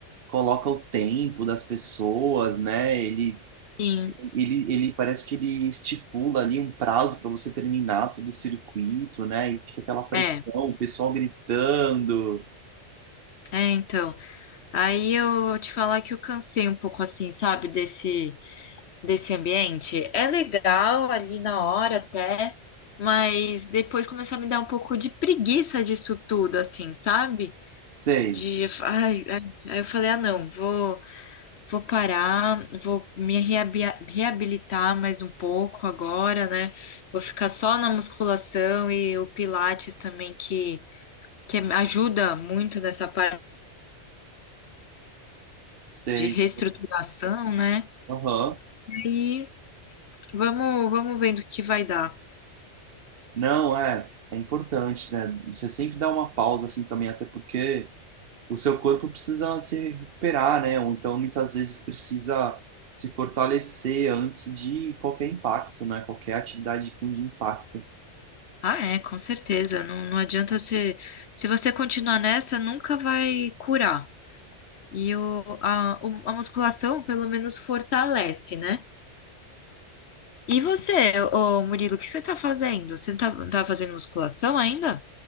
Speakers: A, on the right; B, on the left.
A: coloca o tempo das pessoas, né? Ele
B: Sim,
A: Ele, ele parece que ele estipula ali um prazo para você terminar todo o circuito, né? E fica aquela pressão,
B: é.
A: o pessoal gritando.
B: É, então. Aí eu te falar que eu cansei um pouco assim, sabe, desse. desse ambiente. É legal ali na hora até, mas depois começou a me dar um pouco de preguiça disso tudo, assim, sabe?
A: Sei,
B: De, ai, ai, aí eu falei, ah, não, vou, vou parar, vou me reabia- reabilitar mais um pouco agora, né? Vou ficar só na musculação e o Pilates também, que, que ajuda muito nessa parte
A: sei.
B: de reestruturação, né?
A: Aham.
B: E vamos, vamos vendo o que vai dar.
A: Não, é, é importante, né? Você sempre dá uma pausa assim também, até porque o seu corpo precisa se recuperar, né? Ou então muitas vezes precisa se fortalecer antes de qualquer impacto, né? Qualquer atividade com impacto.
B: Ah, é, com certeza. Não, não adianta você. Se você continuar nessa, nunca vai curar. E o, a, o- a musculação, pelo menos, fortalece, né? E você, ô Murilo, o que você tá fazendo? Você tá, tá fazendo musculação ainda?